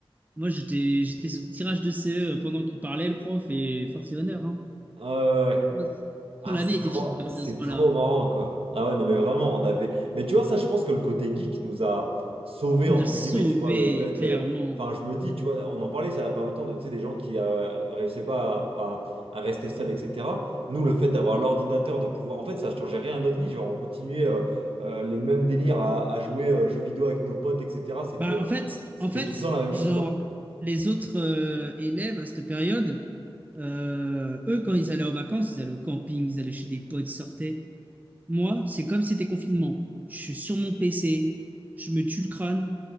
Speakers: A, on the right; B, on the right.
A: Moi, j'étais, j'étais sous le tirage de CE pendant qu'il parlait, le prof, et force et honneur. Hein.
B: Ah ouais.
A: Moi, c'est-
B: Ah,
A: L'année
B: c'est
A: était
B: trop,
A: finie à partir
B: c'est
A: de ce moment-là.
B: trop marrant, quoi. Ah ouais, non, mais vraiment, on avait. Mais tu vois, ça, je pense que le côté geek nous a sauvés,
A: Il
B: entre
A: nous a sauvés,
B: guillemets, tu vois, le fait.
A: clairement.
B: euh, Enfin, je me dis, tu vois, on en parlait, ça n'a pas longtemps, de, tu sais, des gens qui euh, réussissaient pas à, à- à rester seuls, etc. Nous, le fait d'avoir l'ordinateur, de pouvoir. En fait, ça changeait rien à notre vie. Genre, on continuait euh, euh, les mêmes délires à, à jouer euh, jeux vidéo avec nos potes, etc. C'était
A: Bah,
B: euh,
A: en fait,
B: c'était
A: en fait,
B: tout le temps la même
A: genre,
B: chose, quoi.
A: les autres euh, élèves à cette période, euh, eux, quand ils allaient en vacances, ils allaient au camping, ils allaient chez des potes, ils sortaient. Moi, c'est comme si c'était confinement. Je suis sur mon PC, je me tue le crâne,